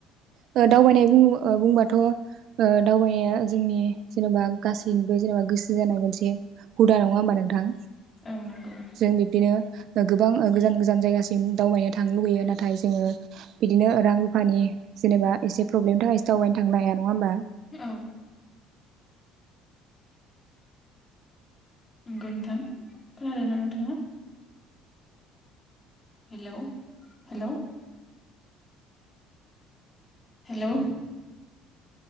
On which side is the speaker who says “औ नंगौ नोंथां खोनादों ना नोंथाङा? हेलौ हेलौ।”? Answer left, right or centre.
Left